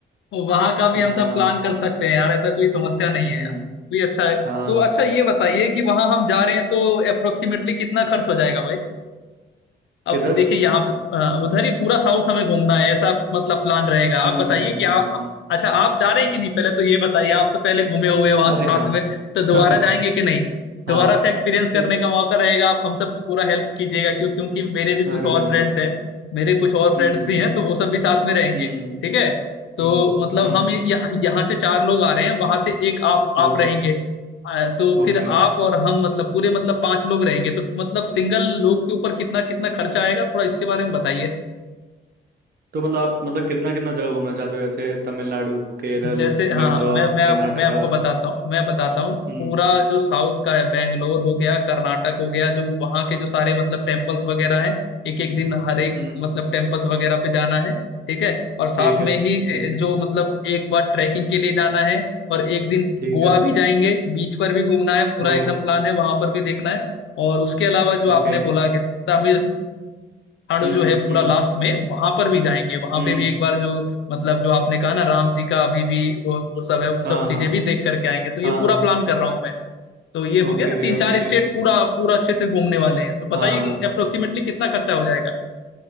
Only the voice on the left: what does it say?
वहाँ का भी
हम सब प्लान कर सकते हैं यार ऐसा कोई समस्या नहीं
है यार भी अच्छा है
तो अच्छा ये बताइए कि वहाँ हम जा रहे हैं तो अप्रोक्सीमेटली कितना खर्च हो जाएगा भाई
अब देखिए यहाँ पे तो, अ, उधर ही पूरा साउथ हमें घूमना है ऐसा मतलब प्लान रहेगा आप
बताइए
कि आप
अच्छा आप जा रहे हैं कि नहीं पहले तो ये बताइए आप तो पहले घूमे हुए हैं वहां
साथ
में तो दोबारा
जाएंगे कि नहीं
दोबारा से एक्सपीरियंस करने
का मौका रहेगा आप हम सबको पूरा हेल्प कीजिएगा क्यों क्योंकि मेरे भी कुछ
और
फ्रेंड्स हैं मेरे कुछ और फ्रेंड्स
भी हैं तो वो सब भी साथ में रहेंगे
ठीक है तो
मतलब
हम यहाँ यहाँ से चार लोग आ रहे हैं वहां से एक आप आप
रहेंगे आ, तो
फिर आप और हम मतलब पूरे मतलब पांच लोग रहेंगे तो मतलब सिंगल लोग के ऊपर कितना कितना खर्चा आएगा थोड़ा इसके बारे में बताइए
जैसे हाँ
मैं मैं आप
मैं आपको बताता हूँ मैं बताता हूँ
पूरा जो साउथ का है बेंगलोर हो गया कर्नाटक हो गया जो वहाँ के जो सारे मतलब टेम्पल्स वगैरह हैं एक एक दिन हर एक
मतलब टेम्पल्स वगैरह पे जाना है ठीक है और साथ
में
ही ए,
जो
मतलब एक बार ट्रैकिंग के लिए जाना है और एक दिन
गोवा
भी जाएंगे बीच पर भी घूमना है पूरा
एकदम प्लान है वहां पर भी देखना है और उसके अलावा जो
आपने बोला कि तमिल खाड़ू
जो है पूरा
लास्ट में वहां पर भी जाएंगे वहां
पे भी एक बार जो मतलब जो आपने कहा ना राम जी का अभी भी वो वो सब है वो
सब चीजें
भी देख करके आएंगे तो ये
पूरा प्लान कर रहा हूँ मैं तो ये हो
गया ना तीन
चार स्टेट पूरा पूरा अच्छे से घूमने वाले हैं तो
बताइए अप्रोक्सीमेटली कितना खर्चा हो जाएगा